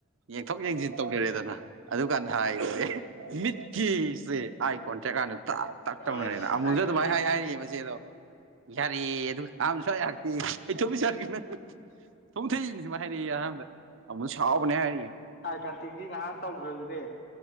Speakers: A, on the right (about 65°); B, on the left (about 55°).
A: ꯌꯦꯡꯊꯣꯛ ꯌꯦꯡꯁꯤꯟ ꯇꯧꯤꯔꯦꯗꯅ ꯑꯗꯨꯀꯥꯟꯗ ꯍꯥꯏꯁꯦ ꯃꯤꯠꯀꯤꯁꯦ ꯑꯩꯥꯏ ꯀꯣꯟ ꯆꯦꯛꯀꯥꯟꯗ ꯇ ꯇꯥꯛ ꯇꯧꯅꯔꯦꯅ
B: ꯑꯥꯏ
A: ꯑꯃꯨꯜꯁꯨ
B: ꯀꯟꯇꯦꯛ
A: ꯑꯗꯨꯃꯥꯏ ꯍꯥꯏ ꯍꯥꯏꯔꯤꯌꯦ ꯃꯆꯦꯗꯣ ꯌꯥꯔꯦ ꯑꯗꯨ ꯑꯝ ꯁꯋꯥꯏ ꯌꯥꯥꯛꯇ ꯑꯩ ꯆꯄꯤꯁꯔꯅ ꯊꯣꯡ ꯊꯩꯅꯤ ꯁꯃ ꯍꯥꯏꯔꯛꯏꯦ ꯑꯍꯥꯟꯕꯗ ꯑꯃꯨꯅ ꯁꯥꯎꯕꯅꯦ ꯍꯥꯏꯔꯛꯑꯦ
B: ꯑꯥꯏ ꯀꯟꯇꯦꯛꯀꯤ ꯉꯍꯥꯟ ꯇꯧꯈ꯭ꯔꯗꯨꯗꯤ